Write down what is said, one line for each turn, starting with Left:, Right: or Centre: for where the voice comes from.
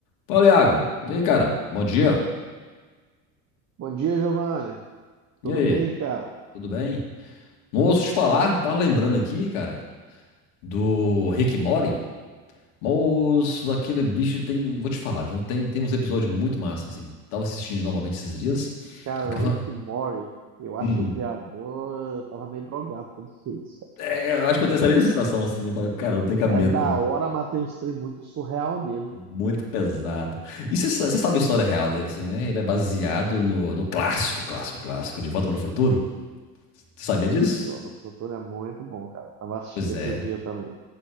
Left: Fala, Iago. E aí, cara? Bom dia.
Right: Bom dia, Giovanni. Tudo
Left: E aí?
Right: bem, cara?
Left: Tudo bem? Não ouço te falar, tá lembrando aqui, cara, do Rick and Morty. Moço, aquele bicho tem. Vou te falar, viu? Tem, tem uns episódios muito massa, assim. Tava assistindo novamente esses dias.
Right: Cara,
Left: <laughs> Tava.
Right: Rick e Morty, eu acho
Left: Hum.
Right: que o criador tava meio drogado quando fez, cara.
Left: É, eu acho que eu tenho essa mesma sensação, assim. Eu falei, cara, não tem cabimento,
Right: É da
Left: não.
Right: hora, mas tem uns trem muito surreal nele.
Left: Muito pesado. E você sa- você sabe a história real dele, assim, né? Ele é baseado no, no clássico, clássico, clássico de Volta para o Futuro. Você sabia disso?
Right: E o Volta pro Futuro é muito bom, cara. Tava assistindo
Left: Pois
Right: esses
Left: é.
Right: dias também.